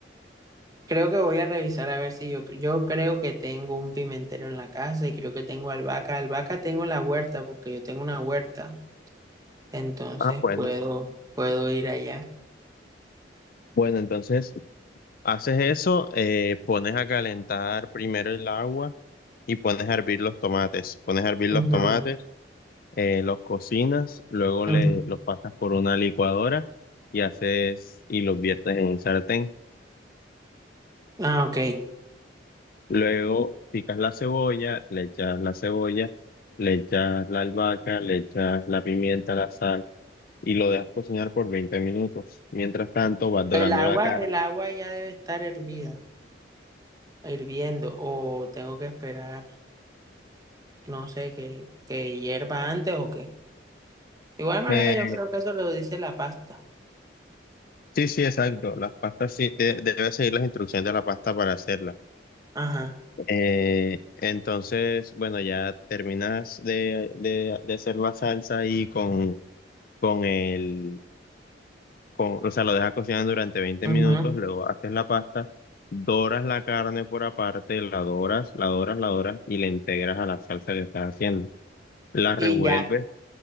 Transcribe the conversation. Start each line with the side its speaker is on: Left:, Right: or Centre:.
Right: creo que voy a revisar a ver si yo, yo creo que tengo un pimentero en la casa y creo que tengo albahaca. Albahaca tengo en la huerta porque yo tengo una huerta. Entonces
Left: Ah, bueno.
Right: puedo, puedo ir allá.
Left: Bueno, entonces haces eso, eh, pones a calentar primero el agua y pones a hervir los tomates. Pones a hervir
Right: Ujú,
Left: los tomates, eh, los cocinas, luego
Right: ujú.
Left: le, los pasas por una licuadora y haces y los viertes en un sartén.
Right: Ah, ok.
Left: Luego picas la cebolla, le echas la cebolla, le echas la albahaca, le echas la pimienta, la sal y lo dejas cocinar por 20 minutos. Mientras tanto, vas dorando
Right: El agua,
Left: la carne.
Right: el agua ya debe estar hervida, hirviendo, o tengo que esperar, no sé, que, que hierva antes o qué. De igual manera,
Left: Eh,
Right: yo creo que eso lo dice la pasta.
Left: sí, sí, exacto. Las pastas sí, de- debes seguir las instrucciones de la pasta para hacerla.
Right: Ajá.
Left: Eh, entonces, bueno, ya terminas de, de- de hacer la salsa y con, con el, con- o sea, lo dejas cocinar durante veinte
Right: ujú.
Left: minutos, luego haces la pasta, doras la carne por aparte, la doras, la doras, la doras y la integras a la salsa que estás haciendo. La revuelves,
Right: Y ya.